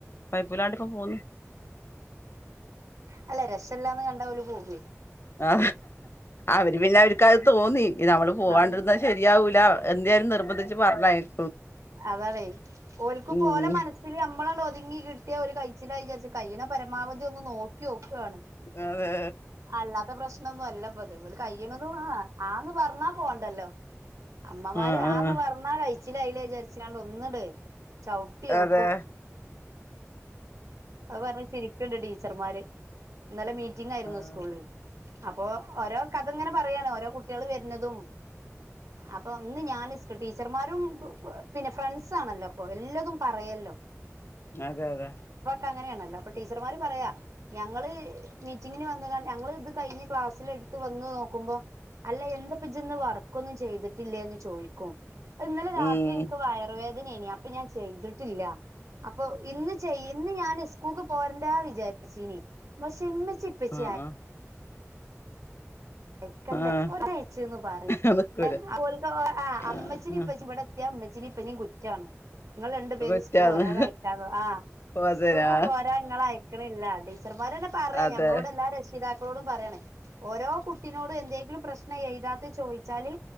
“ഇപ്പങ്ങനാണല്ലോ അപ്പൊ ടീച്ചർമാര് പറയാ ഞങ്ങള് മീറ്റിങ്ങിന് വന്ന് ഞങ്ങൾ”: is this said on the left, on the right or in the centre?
Right